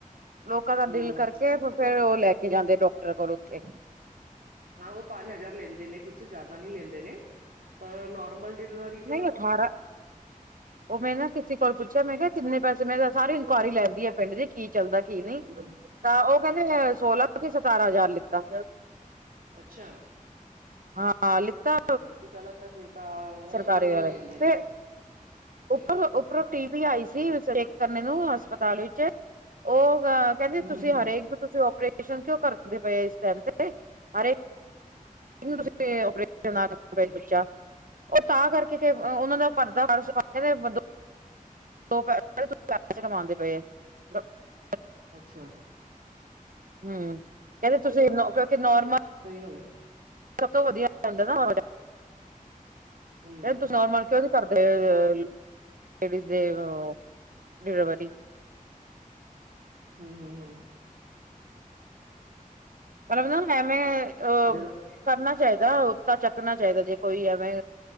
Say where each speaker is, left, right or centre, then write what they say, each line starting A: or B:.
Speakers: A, on the right (about 70°); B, on the right (about 85°).
A: ਲੋਕਾਂ ਦਾ
B: ਹੂੰ
A: ਡੀਲ ਕਰਕੇ ਫੇਰ ਉਹ ਲੈ ਕੇ ਜਾਂਦੇ ਡੋਕਟਰ ਕੋਲ ਓਥੇ।
B: ਹਾਂ ਉਹ ਪਾਂਜ ਹਜ਼ਾਰ ਲੈਂਦੇ ਨੇ, ਕੁਛ ਜਾਦਾ ਨੀ ਲੈਂ ਦੇ ਨੇ, ਪਰ ਓ ਨੋਰਮਲ ਡਿਲਵਰੀ
A: ਨਈ ਅਠਾਰਾ ਔਹ ਮੈਂ ਨਾ ਕਿਸੇ ਕੋਲ ਪੁੱਛੇਆ, ਮੈਂ ਕੇਆ ਕਿੰਨੇ ਪੈਸੇ? ਮੈਂ ਗਾ ਸਾਰੀ ਇਨਕੁਆਰੀ ਲੈਂਦੀ ਐ ਪਿੰਡ ਦੀ। ਕੀ ਚੱਲਦਾ, ਕੀ ਨੀ?
B: ਹੂੰ ਹੂੰ
A: ਤਾਂ ਉਹ ਕੇਹੰਦੇ ਏਹ ਸੋਲਾਂ ਕੇ ਸਤਾਰਾਂ ਹਜ਼ਾਰ ਲਿੱਤਾ।
B: ਅੱਛਾ।
A: ਹਾਂ-ਹਾਂ, ਲਿਤਾ
B: ਨਈ ਫਿਰ ਗ਼ਲਤ ਏ ਫਿਰ ਤਾਂ ਨਹੀਂ
A: ਸਰਕਾਰੀ
B: ਇੰਨਾ
A: ਵਾਲੇ,
B: ਨਹੀਂ ਲੈਂਦੇ ਨੇ
A: ਫੇਰ, ਉੱਪਰੋਂ-ਉੱਪਰੋਂ
B: ਹੂੰ
A: ਟੀਮ ਵੀ ਆਈ ਸੀ ਉਸ ਵੇਲੇ। ਕਰਨੇ ਨੂੰ ਹਸਪਤਾਲ ਵਿੱਚ, ਓਹ ਗ਼ ਕੇਹੰਦੇ
B: ਹੂੰ
A: ਤੁਸੀਂ
B: ਹੂੰ ਹੂੰ
A: ਹਰੇਕ ਨੂੰ ਤੁਸੀਂ ਓਪਰੇ ਪ੍ਰੇਸ਼ਨ ਕਉਂ ਕਰਦੇ ਪਏ ਇਸ ਟਾਈਮ ਤੇ? ਅਰੇ,
B: ਹੂੰ
A: ਤੁਸੀਂ ਓਪਰੇ ਤੇ ਨਾ ਕਰੇ ਇੱਕ ਬੱਚਾ। ਉਹ ਤਾਂ ਕਰਕੇ ਕੇ ਅ ਉਹਨਾਂ ਨਾਲ ਪਰਦਾ ਫ਼ਰਸ਼ <unintelligible> ਦੋ ਪੈ <unintelligible> ਪੈਸੇ ਕਮਾਂਦੇ ਪਏ, ਗਲਤ ਐ।
B: ਅੱਛਾ।
A: ਹਮ, ਕੇਹੰਦੇ ਤੁਸੀਂ ਨ ਕਿਉਂਕਿ ਨੋਰਮਲ
B: ਸਈ ਗੱਲ ਏ।
A: ਸਭ ਤੋਂ ਵਦੀਆ ਗੱਲ ਏ ਨਾ <unintelligible>
B: ਹੂੰ
A: ਫੇਰ ਤੁਸੀ ਨੋਰਮਲ ਕਉਕਿ ਕਰਦੇ ਅਅਲ ਲੇਡੀਜ਼ ਦੇ ਓ ਡਿਲਵਰੀ।
B: ਹੂੰ-ਹੂੰ-ਹੂੰ।
A: ਮਤਲਬ ਨਾ ਮੈਂ-ਮੈਂ ਅ
B: ਜਦੋਂ
A: ਕਰਨਾ ਚਾਈਦਾ, ਉ ਤਾਂ ਚੱਕਣਾ ਚਾਈਦਾ, ਜੇ ਕੋਈ ਐਵੇਂ